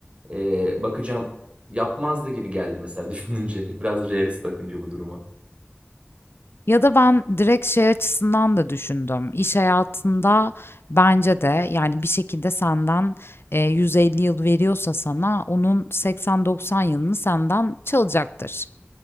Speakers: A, on the right; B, on the left.
A: e, bakacağım yapmazdı gibi geldi mesela <laughs> düşününce biraz realist bakınca bu duruma.
B: Ya da ben direkt şey açısından da düşündüm. İş hayatında bence de yani bir şekilde senden, eee, 150 yıl veriyorsa sana onun 80-90 yılını senden çalacaktır.